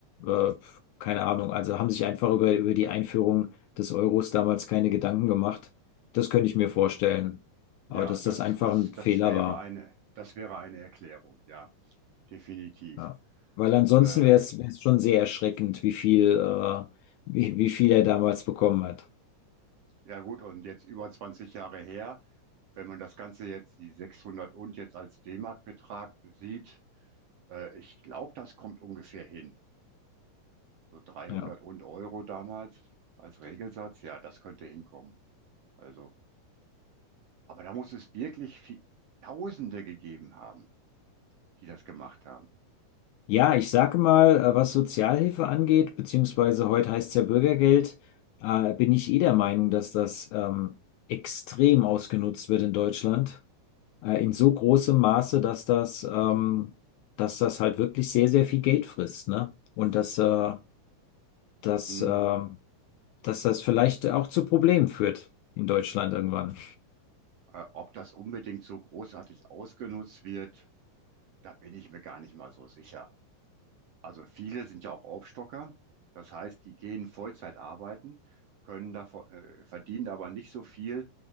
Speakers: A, on the left (about 80°); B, on the right (about 65°).
A: äh, keine Ahnung, also haben sich einfach über, über die Einführung des Euros damals keine Gedanken gemacht. Das könnte ich mir vorstellen. Aber
B: Ja,
A: dass
B: das,
A: das einfach
B: das,
A: ein
B: das
A: Fehler
B: wäre
A: war.
B: eine, das wäre eine Erklärung, ja, definitiv.
A: Ja. Weil ansonsten
B: Äh,
A: wäre es wäre es schon sehr erschreckend, wie viel, äh, wie, wie viel er damals bekommen hat.
B: ja gut, und jetzt über 20 Jahre her, wenn man das Ganze jetzt, die 600 und jetzt als D-Mark-Betrag sieht, äh, ich glaube, das kommt ungefähr hin. So 300
A: Ja.
B: und Euro damals als Regelsatz, ja, das könnte hinkommen. Also, aber da muss es wirklich viel, Tausende gegeben haben. die das gemacht haben.
A: Ja, ich sage mal, äh, was Sozialhilfe angeht, beziehungsweise heute heißt es ja Bürgergeld, äh, bin ich eh der Meinung, dass das ähm, extrem ausgenutzt wird in Deutschland. Äh, in so großem Maße, dass das, ähm, dass das halt wirklich sehr, sehr viel Geld frisst, ne? Und dass, äh, dass,
B: Hm,
A: äh, dass das vielleicht auch zu Problemen führt in Deutschland irgendwann.
B: äh, ob das unbedingt so großartig ausgenutzt wird, da bin ich mir gar nicht mal so sicher. Also viele sind ja auch Aufstocker. Das heißt, die gehen Vollzeit arbeiten, können davon, äh, verdienen aber nicht so viel,